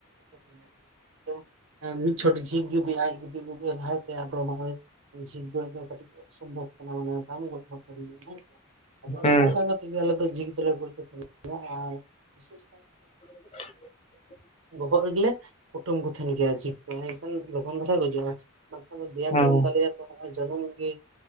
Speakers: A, on the right (about 65°); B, on the left (about 30°).
A: <inaudible> ᱟᱪᱪᱷᱟ ᱢᱤᱫ ᱪᱷᱚᱴ ᱡᱷᱤᱠ ᱡᱩᱫᱤ ᱟᱡ ᱡᱩᱫᱤ ᱩᱵ ᱞᱟᱞᱦᱟᱭ ᱛᱟᱭᱟ ᱟᱫᱚ ᱡᱷᱤᱠ ᱫᱚ ᱮᱠᱫᱚᱢ ᱠᱟᱴᱤᱡ ᱳᱥᱚᱢᱵᱷᱚᱵ ᱠᱟᱱᱟ ᱢᱟᱱᱮ ᱵᱟᱢ ᱜᱚᱞᱯᱚ ᱫᱟᱲᱮᱭᱟᱜ-ᱟ ᱦᱮᱸ ᱥᱮ᱾ ᱟᱫᱚ
B: ᱦᱮᱸ
A: ᱱᱚᱜ-ᱚᱭ ᱱᱚᱝᱠᱟ ᱠᱟᱛᱮ ᱛᱮᱜᱮ ᱟᱞᱮ ᱫᱚ ᱡᱷᱤᱠ ᱫᱚᱞᱮ ᱜᱚᱡ ᱠᱚ ᱛᱟᱷᱮᱱᱟ᱾ ᱟᱨ ᱵᱤᱥᱮᱥ ᱠᱟᱭ ᱛᱮ
B: <unintelligible>
A: ᱵᱚᱦᱚᱜ ᱨᱮᱜᱮᱞᱮ ᱠᱩᱴᱟᱹᱢ ᱠᱚ ᱛᱟᱷᱮᱱ ᱜᱮᱭᱟ ᱡᱷᱤᱠ ᱫᱚ, ᱛᱟᱦᱟᱞᱮ ᱠᱷᱟᱱ ᱞᱚᱜᱚᱱ ᱫᱷᱟᱨᱟᱭ ᱜᱚᱡᱚᱜ-ᱟ᱾ ᱵᱟᱝᱠᱷᱟᱱ ᱫᱚ ᱫᱮᱭᱟ
B: ᱦᱮᱸ
A: ᱠᱚᱨᱮᱢ ᱫᱟᱞᱮᱭᱟ ᱛᱚ ᱱᱚᱜ-ᱚᱭ ᱡᱟᱱᱩᱢ ᱜᱮ